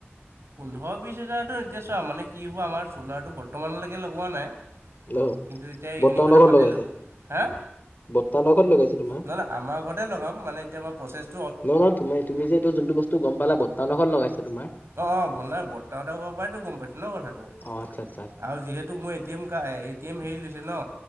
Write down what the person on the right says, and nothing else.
পোন্ধৰ বিশ হোজাৰতো এতিয়া চোৱা মানে কি হ'ব আমাৰ চ'লাৰটো বৰ্তমানলেকে লগোৱা নাই
কিন্তু তেতিয়া এইখিনি
কথা
পাতিলো,
হা?
না না আমাৰ ঘৰতে লগাম মানে এতিয়া মই প্ৰচেছ-
অঁ অঁ বনাই বৰ্তাহঁতৰ পৰাইতো গম পাইছো ন কথাটো,
আৰু যিহেতু মো A- T M car A T M হেৰি লৈছে ন